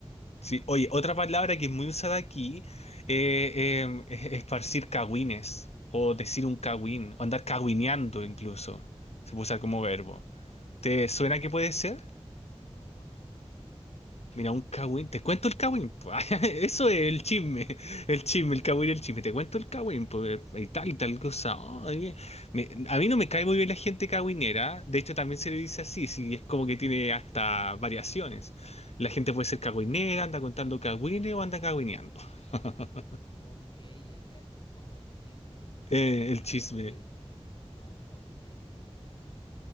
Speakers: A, on the left; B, on the left.
A: Sí, oye, otra palabra que es muy usada aquí eh, em, es esparcir cagüines o decir un cagüín o andar cagüineando incluso. Se puede usar como verbo. ¿Te suena
B: ¿Qué? qui-
A: que puede ser?
B: No, no, cuéntame.
A: Mira, un cagüín. ¿Te cuento el cagüín? po? <laughs> Eso es el chisme. El chisme, el cagüín y el chisme. ¿Te cuento el cagüín? pues Y tal y tal cosa. Ay, me- a mí no me cae muy bien la gente cagüinera. De hecho, también se le dice así. Sí, es como que tiene hasta variaciones. La gente puede ser cagüinera, anda contando cagüines o anda cagüineando. <laughs>
B: Ok, es- ya es como el chisme.
A: Eh,
B: Mira que para
A: el chisme.
B: chisme no, no tenemos una.